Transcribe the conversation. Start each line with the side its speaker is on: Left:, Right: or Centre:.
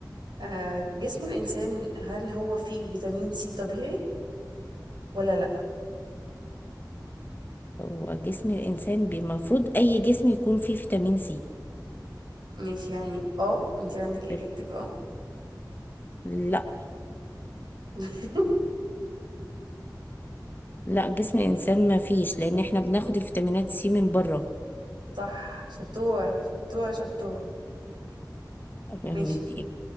Right: آه، جسم الإنسان هل هو فيه فيتامين سي طبيعي ولا لا
Left: هو جسم الإنسان المفروض أي جسم يكون فيه فيتامين سي
Right: ماشي يعني اه انت عندك اجابتك
Left: بس
Right: اه
Left: لا
Right: <laughs>
Left: لا جسم الإنسان ما فيش لأن احنا بناخد الفيتامينات سي من بره
Right: صح شطورة شطورة شطورة
Left: من
Right: ماشي
Left: دي.